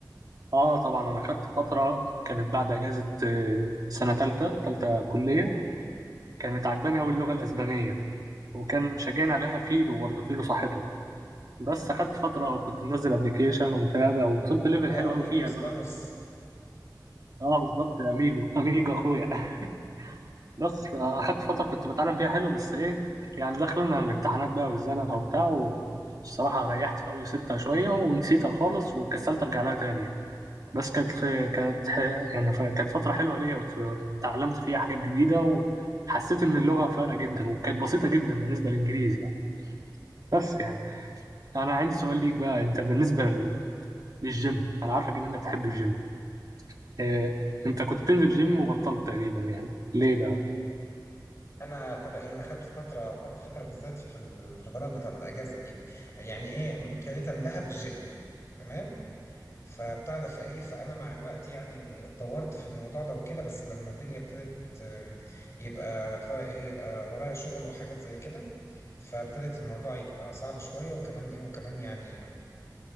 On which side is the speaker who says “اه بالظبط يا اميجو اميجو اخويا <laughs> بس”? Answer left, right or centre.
Right